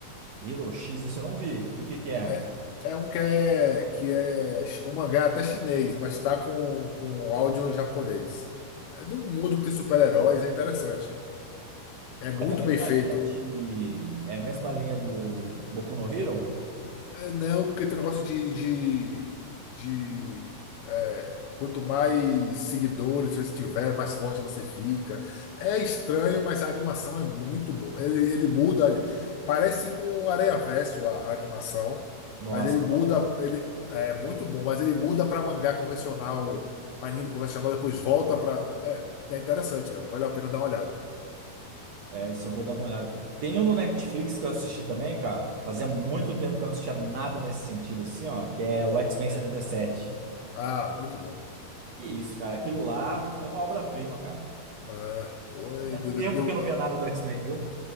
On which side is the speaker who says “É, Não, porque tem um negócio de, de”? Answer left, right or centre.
Left